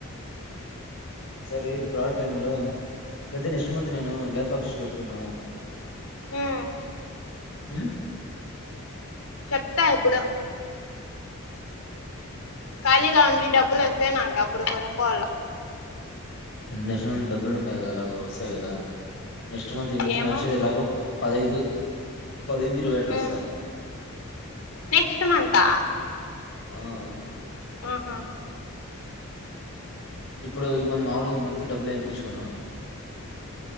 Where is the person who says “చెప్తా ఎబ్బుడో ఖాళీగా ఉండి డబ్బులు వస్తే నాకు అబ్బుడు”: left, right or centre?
Left